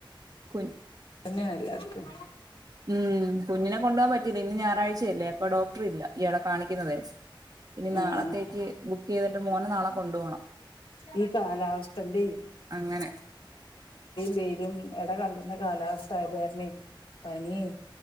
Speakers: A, on the right; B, on the left.
A: കുൻ
B: തന്നെയല്ലാർക്കും
A: ഉം കുഞ്ഞിനെ കൊണ്ടു പോവാൻ പറ്റിയില്ല ഇന്ന് ഞായറാഴ്ചയല്ലേ അപ്പൊ ഡോക്ടർ ഇല്ല ഇയാളെ കാണിക്കുന്നത്ഇനി നാളത്തേക്ക്
B: ആഹ്
A: ബുക്ക് ചെയ്തിട്ട് മോന നാളെ കൊണ്ടു പോകണം
B: ഈ കാലാവസ്ഥന്റെ
A: അങ്ങനെ
B: വരും <unintelligible> കാലാവസ്ഥ ആതാണെ പനിം